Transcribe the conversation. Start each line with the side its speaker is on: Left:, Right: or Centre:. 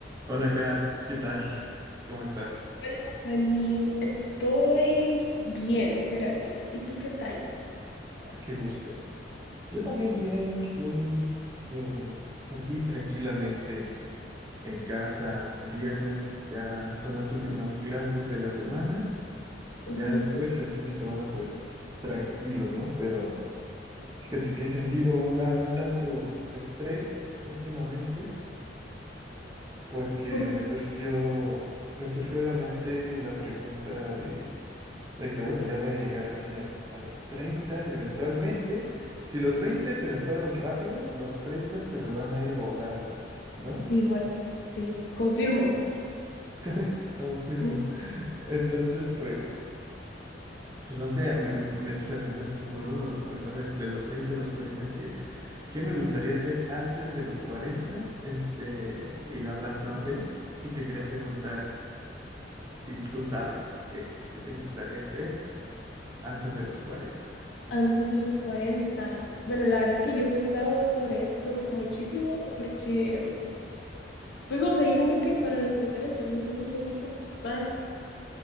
Right: Hola, Kat, ¿qué tal? ¿Cómo estás?
Left: Hola, Fanny. Estoy bien, gracias. ¿Y tú qué tal?
Right: Qué gusto. Yo también bien, estoy eh, pues aquí tranquilamente en casa. un Viernes ya son las últimas clases de la semana y
Left: Ujú.
Right: ya después el fin de semana pues tranquilo, ¿no? Pero fíjate que he sentido una, un tanto de estrés últimamente porque
Left: Por-
Right: me surgió, me surgió a la mente la pregunta de De que, bueno, ya voy a llegar así al- a, los 30 y eventualmente, si los 20 se me fueron rápido, los 30 se me van a ir volando, ¿no?
Left: Sí, Juan, sí, confirmo.
Right: <laughs> Confirmo.
Left: Mm.
Right: Entonces, pues, pues no sé, me, me- me puse a pensar así como, de, bueno, a- a ver, de los 30 a los cuarenta ¿qué, qué me gustaría hacer antes de los cuarenta Este, y la verdad, no sé. Y te quería preguntar si tú sabes qué, qué te gustaría hacer antes de los cuarenta
Left: Antes de los cuarenta. Bueno, la verdad es que yo he pensado sobre esto muchísimo porque, pues no sé, yo siento que para las mujeres tal vez es un poquito más,